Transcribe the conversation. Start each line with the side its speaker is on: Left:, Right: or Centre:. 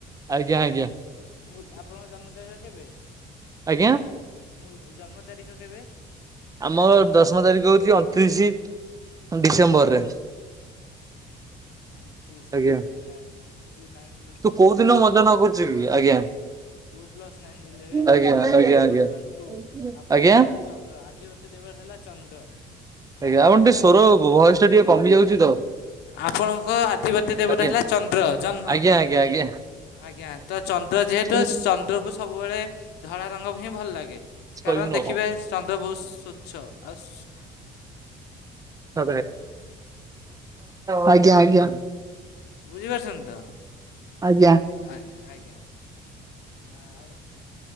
Right: ଆଜ୍ଞା ଆଜ୍ଞା
Left: ମୁଁ ଆପଣଙ୍କ ଜନ୍ମ ତାରିଖ କେବେ?
Right: ଆଜ୍ଞା।
Left: ମୁ ଜନ୍ମ ତାରିଖ କେବେ?
Right: ଆମର ଦଶମ ତାରିଖ ହଉଛି ତିରିଶ ଡିସେମ୍ବରରେ।
Left: ଅଣତିରିଶି
Right: ଆଜ୍ଞା
Left: twenty nine. Two nine plus
Right: ତୁ
Left: ଟୁ
Right: କୋଉ
Left: ଇଲେଭେନ୍
Right: ଦିନ ମଜା ନ କରୁଛୁ କି ଆଜ୍ଞା।
Left: ଟୁ ପ୍ଲସ୍ ନାଇନ୍ ଇଲେଭେନ୍
Right: ଆଜ୍ଞା
Left: ଇଲେଭେନ୍
Right: ଆଜ୍ଞା।
Left: ୱାନ୍ ପ୍ଲସ୍ ୱାନ୍ ଟୁ ଆପଣଙ୍କର
Right: ଆଜ୍ଞା
Left: ଚନ୍ଦ୍ର ଆଦି ଦେବ ହେଲା ଚନ୍ଦ୍ର। ଚନ୍ଦ୍ରକୁ
Right: ଆଜ୍ଞା ଆମ ଟିକେ
Left: ସାଧାରଣତଃ
Right: ସ୍ୱର ବୟସଟା
Left: ଧର
Right: ଟିକେ କମି ଯାଉଛି ତ।
Left: ଆପଣଙ୍କ ଆଧିପତ୍ୟ ଦେବଟା
Right: ଆଜ୍ଞା।
Left: ହେଲା ଚନ୍ଦ୍ର ଜହ୍ନ।
Right: ଆଜ୍ଞା ଆଜ୍ଞା ଆଜ୍ଞା
Left: ଆଜ୍ଞା ତ ଚନ୍ଦ୍ର ଯେହେତୁ
Right: କିଛି
Left: ଚନ୍ଦ୍ର କୁ ସବୁବେଳେ ଧଳା ରଙ୍ଗ ବି ହିଁ ଭଲ ଲାଗେ କାରଣ
Right: କହିବୁନୁ
Left: ଦେଖିବେ ଚନ୍ଦ୍ର ବହୁତ ସ୍ୱଚ୍ଛ ଆଉ ସ
Right: <unintelligible> ଆଜ୍ଞା ଆଜ୍ଞା।
Left: ବୁଝିପାରୁଛନ୍ତି ତ
Right: ଆଜ୍ଞା
Left: ଆ ଆଜ୍ଞା। ଆଉ